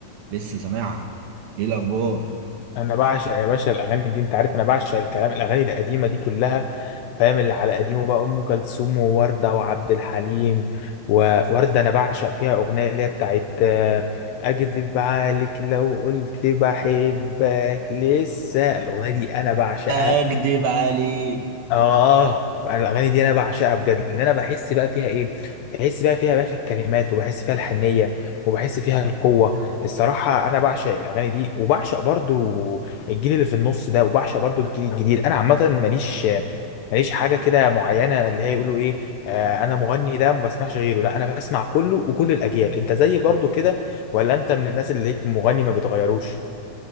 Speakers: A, on the right; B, on the left.
A: لسه سامعها ايه الاخبار
B: انا بعشق يا باشا الاغاني دي انت عارف انا بعشق الكلام الاغاني القديمه دي كلها فاهم اللي على قديمه بقى ام كلثوم وورده وعبد الحليم وورده انا بعشق فيها اغنيه اللي هي بتاعت آه، اكدب عليك لو قلت بحبك لسه الاغنيه دي انا بعشقها
A: اكدب عليك
B: اه انا الاغاني دي انا بعشقها بجد لان انا بحس بقى فيها ايه بحس بقى فيها يا باشا الكلمات وبحس فيها الحنيه وبحس فيها القوه الصراحه انا بعشق الاغاني دي وبعشق برضو الجيل اللي في النص ده وبعشق برضو الجيل الجديد انا عامه ماليش ماليش حاجه كده معينه اللي هي يقولوا ايه آه انا مغني ده ما بسمعش غيره لا انا بسمع كله وكل الاجيال انت زي برضو كده ولا انت من الناس اللي هيك مغني ما بتغيروش